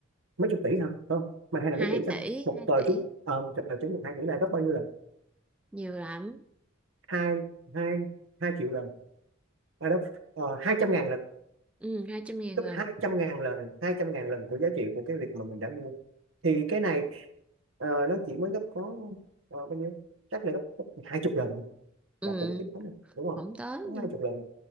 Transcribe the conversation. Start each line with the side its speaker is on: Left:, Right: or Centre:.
Right: mấy chục tỷ hả không mà hay
Centre: hai
Right: là mấy tỷ sao
Centre: tỷ
Right: một
Centre: hai
Right: tờ
Centre: tỷ
Right: trúng ờ, một tờ trúng được hai tỷ là gấp bao nhiêu lần
Centre: nhiều lắm
Right: hai hai hai triệu lần à đó ờ, hai trăm ngàn lần
Centre: ừ hai trăm ngàn
Right: gấp
Centre: lần
Right: hai trăm ngàn lần hai trăm ngàn lần của giá trị của cái việc mà mình đã mua thì cái này ờ, nó chỉ mới gấp có ờ, bao nhiêu chắc là gấp, gấp hai chục lần là
Centre: ừ
Right: khủng khiếp lắm rồi, đúng không
Centre: không tới
Right: có
Centre: nữa
Right: hai chục lần